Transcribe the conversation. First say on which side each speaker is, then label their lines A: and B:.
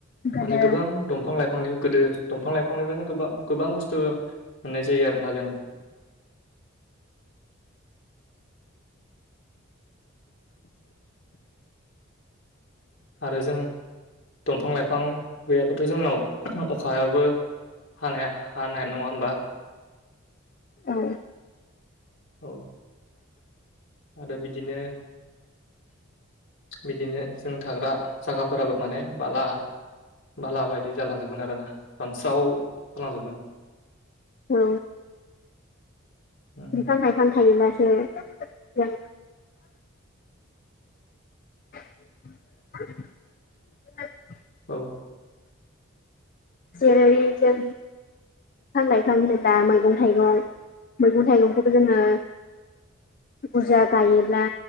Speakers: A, on the left; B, on the left.
A: गोदो
B: माने गोबां दंफां लाइफांनि गोदो दंफां लाइफांनिफ्रायनो गोबां गोबां बुस्थु मोननाय जायो आरोना जों आरो जों दंफां लाइफां गैयाबथ' जोंनाव अखाबो हानाया हानाय नङा होमबा
A: औ
B: औ आरो बिदिनो बिदिनो जों थाग्रा जायगाफोराबो माने बाला बाला बायदि जालांजोबगोन आरोना सानस्राव जाजोबगोन
A: औ
B: उम,
A: बिफां लाइफां थायोबासो जों <inaudible>
B: औ
A: जेरै जों बिफां लाइफां होनोब्ला मैगं थाइगं मैगं थाइगंखौबो जोङो बुरजा गायोब्ला